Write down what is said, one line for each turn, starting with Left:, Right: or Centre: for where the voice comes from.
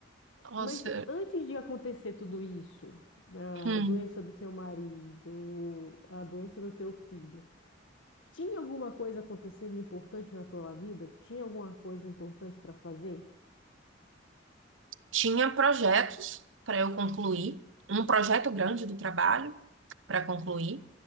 Right: nossa.
Left: Mas antes de acontecer tudo isso, a
Right: Hum.
Left: doença do seu marido, a doença do teu filho, tinha alguma coisa acontecendo importante na tua vida? Tu tinha alguma coisa importante para fazer?
Right: Tinha projetos para eu concluir, um projeto grande do trabalho para concluir.